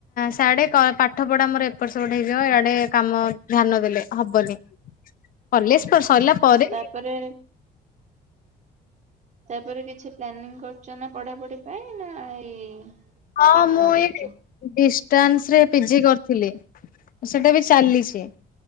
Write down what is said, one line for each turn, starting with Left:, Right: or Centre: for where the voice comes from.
Left: ସେଆଡେ ପାଠ ପଢା ଆମର ପର ସେପଟ ହେଇଯିବ ଇଆଡେ କାମ ଧ୍ୟାନ ଦେଲେ ହବନି। କଲେଜ ସଇଲା ପରେ।
Right: ତା ପରେ ତାପରେ କିଛି ପ୍ଲାନିଂ କରିଚ ନା ପଢାପଢି ପାଇଁ ନା ଏଇ
Left: ହଁ
Right: କାମ
Left: ମୁଁ
Right: ଦେଖୁଛ?
Left: ଏଇ ଡିଷ୍ଟାନ୍ସ ରେ ପିଜି କରଥିଲି। ସେଟା ବି ଚାଲିଛି।